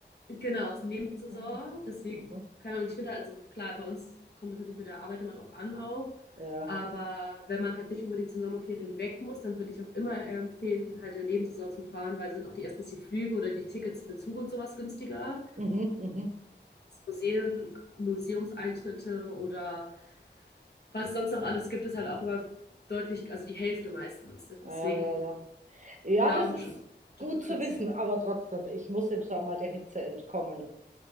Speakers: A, on the left; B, on the right.
A: Genau, ist Nebensaison.
B: Ah.
A: Deswegen,
B: Mhm.
A: keine Ahnung, ich finde halt, also klar, bei uns kommt das natürlich mit der Arbeit immer drauf an auch.
B: Ja.
A: Aber wenn man halt nicht unbedingt zu Sommerferien weg muss, dann würde ich auch immer äh, empfehlen, halt in der Nebensaison zu fahren, weil sind auch die erstens die Flüge oder die Tickets für Zug und sowas günstiger.
B: Mhm, mhm.
A: Das Museen, Museumseintritte oder was sonst noch alles gibt, ist halt auch immer deutlich, also die Hälfte meistens.
B: Ah,
A: Deswegen,
B: Ja, ja, ja. Ja,
A: da
B: das
A: um
B: ist
A: schon zu
B: gut
A: kürzen.
B: zu wissen, aber trotzdem, ich muss im Sommer der Hitze entkommen.